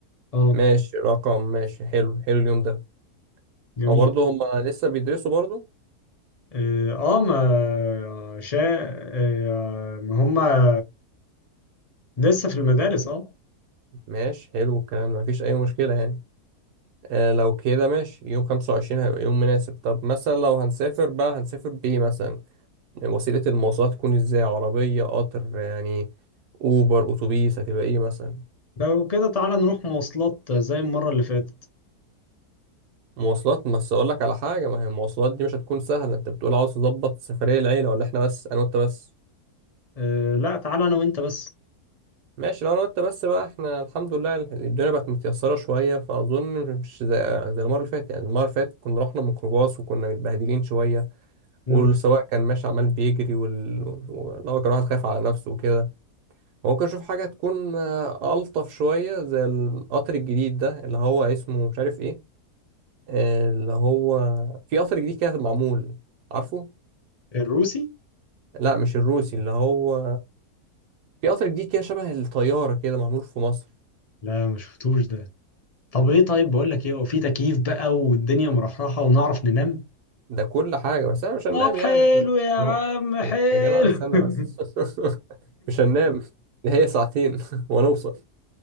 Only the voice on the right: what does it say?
ماشي رقم ماشي حلو حلو اليوم ده
هو برضه هما لسه بيدرسوا برضه
ماشي حلو الكلام ده مفيش أي مشكلة يعني آه لو كده ماشي يوم خمسة وعشرين هيبقى يوم مناسب طب مثلا لو هنسافر بقى هنسافر بإيه مثلا وسيلة المواصلات تكون إزاي عربية قطر يعني أوبر أتوبيس هتبقى إيه مثلا
مواصلات بس أقول لك على حاجة ما هي المواصلات دي مش هتكون سهلة أنت بتقول عاوز تظبط سفرية العيلة ولا إحنا بس أنا وأنت بس
ماشي لو أنا وأنت بس بقى إحنا الحمد لله الدنيا بقت متيسرة شوية فأظن مش زي, زي المرة اللي فاتت يعني المرة اللي فاتت كنا رحنا ميكروباص وكنا متبهدلين شوية
والسواق كان ماشي عمال بيجري وال... وإن هو كان واحد خايف على نفسه وكده ممكن أشوف حاجة تكون آه، ألطف شوية زي القطر الجديد ده اللي هو اسمه مش عارف إيه آه، اللي هو في قطر جديد كده معمول عارفه؟
لا مش الروسي اللي هو في قطر جديد كده شبه الطيارة كده معمول في مصر
ده كل حاجة بس أنا مش هننام
يعني إحنا-
ده هو-
يا يا جدع استنى
بس <laughs> مش هننام ده هي ساعتين <laughs> وأنا أوصل